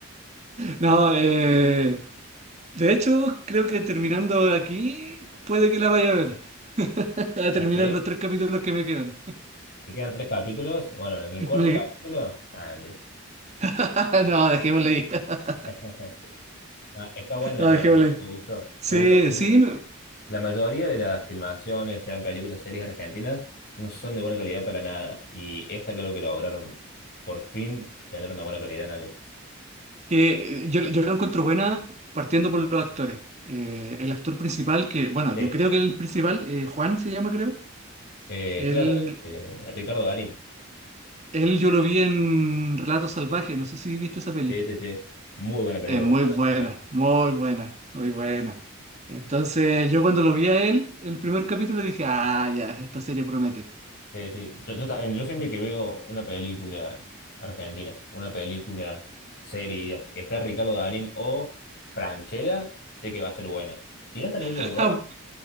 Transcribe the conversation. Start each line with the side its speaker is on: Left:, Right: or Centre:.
Right: No, eh, de hecho, creo que terminando aquí, puede que la vaya a ver. <laughs> A terminar
Left: Ah, sí.
Right: los tres capítulos que me quedan.
Left: Te quedan tres capítulos. Bueno, en el cuarto
Right: Me-
Left: capítulo... Ah, mentira.
Right: <laughs> Ah, no, dejémosle ahí. <laughs>
Left: <laughs> Ah, está buena la
Right: No,
Left: de terror,
Right: dejémosle ahí.
Left: me gustó.
Right: Sí,
Left: Me gustó porque
Right: sí, me-
Left: La mayoría de las filmaciones, sean películas, series argentinas, no son de buena calidad para nada. Y esta creo que lograron por fin tener una buena calidad en algo.
Right: que eh, yo, yo la encuentro buena partiendo por los actores. Eh, el actor principal, que, bueno,
Left: Sí,
Right: yo creo que el principal, eh, Juan se llama, creo.
Left: eh,
Right: Él,
Left: claro, eh, Ricardo Darín.
Right: él yo lo vi en Relatos Salvajes, no sé si viste esa peli.
Left: Sí, sí, sí. Muy buena película.
Right: Es muy
Left: para
Right: buena,
Left: buscar.
Right: muy buena, muy buena. Entonces, yo cuando lo vi a él, el primer capítulo dije, ah, ya, esta serie promete.
Left: Sí, sí. Yo, yo también- yo siempre que veo una película argentina, una película, serie, está Ricardo Darín o Franchella, sé que va a ser buena. Si no están ellos
Right: <laughs>
Left: dos,